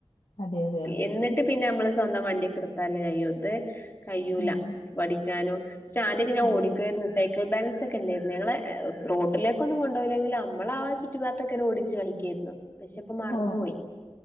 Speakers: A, on the left (about 65°); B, on the left (about 20°).
A: അതെ അതെ
B: എന്നിട്ട് ട്ട് പിന്നെ നമ്മള് സ്വന്തം വണ്ടി എടുത്താല് കയ്യു ഇത് കയ്യൂല
A: ആഹ്
B: പഠിക്കാനോ പക്ഷെ ആദ്യൊക്കെ ഞാൻ
A: ആഹ്
B: ഓടിക്കായിരുന്നു സൈക്കിൾ ബാലൻസ് ഒക്കെ ഉണ്ടായിരുന്നു ഞങ്ങള് റോട്ടിലേക്കൊന്നും കൊണ്ടുപോയില്ലെങ്കിലും നമ്മള ചുറ്റുപാടത്തൊക്കെ ഓടിച്ച് കളിക്കായിരുന്നു പക്ഷെപ്പൊ മറന്നുപോയി
A: ഓഹ്